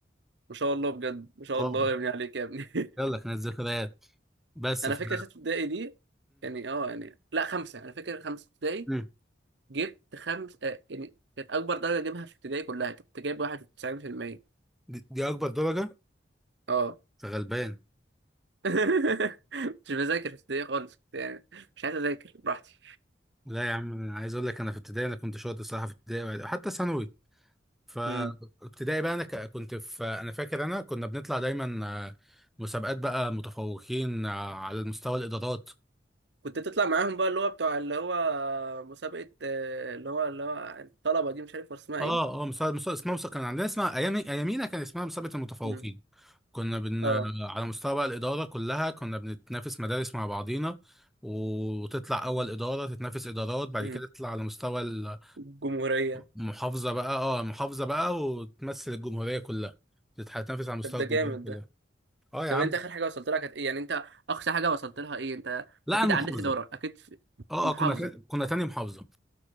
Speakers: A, on the right; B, in the centre.
A: ما شاء الله بجد ما شاء
B: اه
A: الله يا ابني عليك يا ابني
B: يلا كانت ذكريات
A: <laughs>
B: بس
A: انا
B: ف...
A: فاكر سته ابتدائي دي يعني اه يعني لا خمسه انا فاكر خمسه ابتدائي
B: امم
A: جبت خمس آه يعني كانت اكبر درجه اجيبها في ابتدائي كلها كنت جايب 91%
B: دي, دي اكبر درجه
A: اه
B: أنت غلبان
A: <laughs> مش بذاكر في ابتدائي خالص كنت يعني مش عايز اذاكر براحتي
B: لا يا عم انا عايز اقول لك انا في ابتدائي انا كنت شاطر الصراحه في ابتدائي وحتى ثانوي فابتدائي
A: امم
B: بقى انا ك- كنت في انا فاكر انا كنا بنطلع دايما آه، مسابقات بقى متفوقين آه، على المستوى الادارات
A: كنت تطلع معاهم بقى اللي هو بتوع اللي هو مسابقة آه، اللي هو اللي هو الطلبة دي مش عارف اسمها
B: اه
A: ايه
B: اه مسابقه مسابقه اسمها مسابقه كان عندنا اسمها ايام ايامينا كان اسمها مسابقه المتفوقين
A: مم.
B: كنا بن
A: اه
B: على مستوى بقى الإدارة كلها كنا بنتنافس مدارس مع بعضينا وتطلع أول إدارة تتنافس إدارات بعد
A: مم.
B: كده تطلع على مستوى ال-
A: الجمهورية
B: المحافظة بقى اه المحافظة بقى وتمثل الجمهورية كلها تتنافس على مستوى
A: طب ده
B: الجمهورية
A: جامد
B: كلها
A: ده
B: اه يا
A: طب
B: عم
A: انت اخر حاجة وصلت لها كانت ايه يعني انت اقصى حاجة وصلت لها ايه انت
B: لا
A: اكيد
B: المحافظة
A: عديت ادارة اكيد في
B: اه
A: محافظة
B: اه كنا تا- كنا تاني محافظة